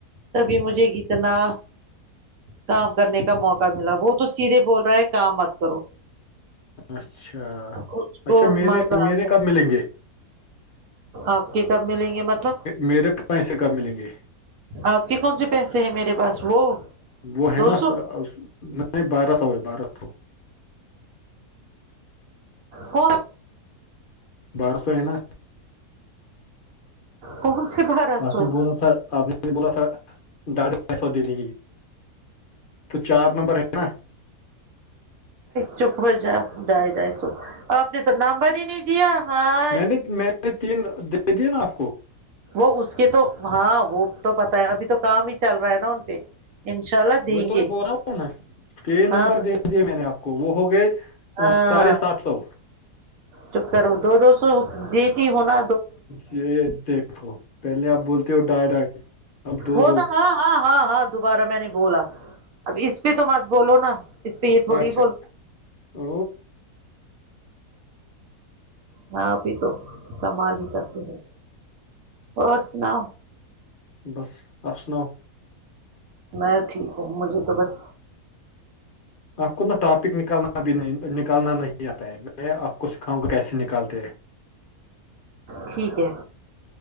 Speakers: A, on the right (about 65°); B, on the left (about 50°).
A: تبھی مجھے اتنا کام کرنے کا موقع ملا وہ تو سیدھے بول رہا ہے کام مت کرو
B: اچھا
A: اس
B: اچھا
A: کو
B: میرے
A: مزہ
B: میرے
A: آتا
B: کب ملیں گے
A: آپ کے کب ملیں گے مطلب
B: میرے پیسے کب ملیں گے
A: آپ کے کون سے پیسے ہیں میرے پاس وہ
B: وہ ہے
A: دو
B: نا
A: سو
B: نہیں بارہ سو ہے بارہ سو
A: کو <inaudible>
B: بارہ سو ہے نا
A: کون سے بارہ
B: آپ
A: سو
B: نے بولا تھا آپ نے نے بولا تھا ڈاڑھے پیسوں دے دگی تو چار نمبر ہے نا
A: چپ ہو جائے ڈھای سو اپ نے تو نامبر ہی نہیں دیا ہاں
B: میں نے میں نے تین دے دیے نا آپ کو
A: وہ اس کے تو ہاں وہ تو پتا ہے ابھی تو کام ہی چل رہا ہے نا ان پہ انشاء اللہ دیں
B: وہ تو
A: گے
B: میں بول رہا ہوں نا یہ نمبر
A: ہاں
B: دے دے میں نے آپ کو وہ ہو گئے
A: ہاں
B: ساڑھے سات سو
A: چپ کرو دو دو سو دیتی ہونا
B: یہ دیکھو پہلے آپ بولتے ہو ڈھائی ڈھائی اب دو
A: وہ
B: دو
A: تو ہاں ہاں ہاں ہاں دوبارہ میں نے بولا اب اس پہ تو مات بولو نا اس پہ یہ تھوڑی
B: اچھا ا
A: ہاں ابھی تو کمال ہی کرتے ہیں اور سناؤ
B: بس آپ سناؤ
A: میں ٹھیک ہوں مجھے تو بس
B: آپ کو ٹاپک نکالنا بھی نہیں نکالنا نہیں آتا ہے میں آپ کو سکھاؤں گا کیسے نکالتے ہیں
A: ٹھیک ہے